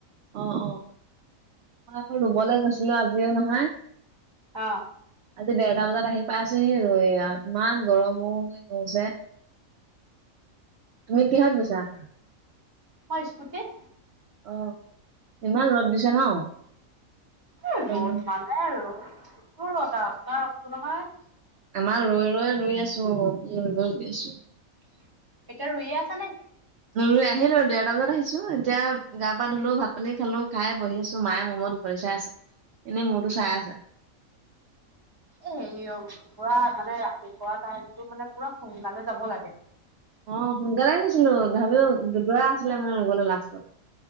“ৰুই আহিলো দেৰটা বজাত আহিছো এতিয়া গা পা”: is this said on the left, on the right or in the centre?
Right